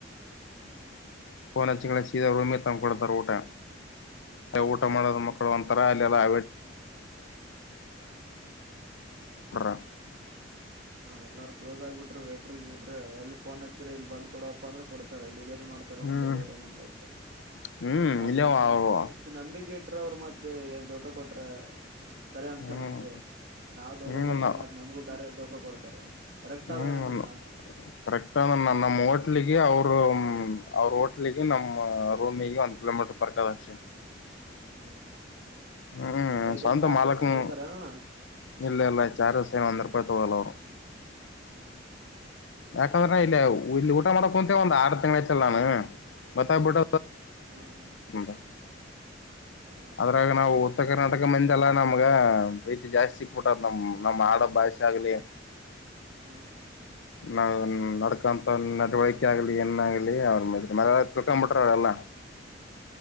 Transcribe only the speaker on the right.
ಹ್ಮ್.
ಹಾ
ಹಾ
ಎಲ್ಲಾರ ಕ್ಲೋಸ್ ಆಗ್ಬ ವೇಟ್ರ ಗಿಟ್ರ ಇಎಲ್ಲಿ ಫೋನ್ ಹಚ್ಚಿರಿ ಇಲ್ಲಿ ಬಂದ ಕೊಡಪ್ಪ ಅಂದ್ರೆ ಕೊಡ್ತಾರ. ಡಿಲರಿ ಮಾಡ್ತಾರೆ ಹೋಮ್
ಡೆಲಿವರಿ ಅಂಗಯ್ತ
ಮತ್ತೆ
ಇಷ್ಟು ನಂಬಿಕೆ ಇಟ, ಕೊಟ್ರ ಅವರು ಮತ್ ಏನ್ ದೋಖಾ ಕೊಟ್ರ, ಸರಿ ಅನ್ಸಲ್
ನಮ್ಗೆ ನಾವ್ ದೋಖ
ಕೊಟ್ರ ಮತ್ ನಮ್ಗೂ ಬ್ಯಾರೆ ದೋಖ ಕೊಡ್ತಾರ. ಕರೆಕ್ಟ್
ಅದಣ್ಣ ನಿನ್
ಮಾತ್
<unintelligible>
ಅದಕ್ಕೇನ್
ಚಾರ್ಜಸ್
ತೋತಾರ ಏನಣ್ಣ
ಹ್ಮ, ಹ
ಹಾ ಹಾ
ಹಾ
ಹಾ
ಕರೆಕ್ಟ್
ಹಾ ಹಾ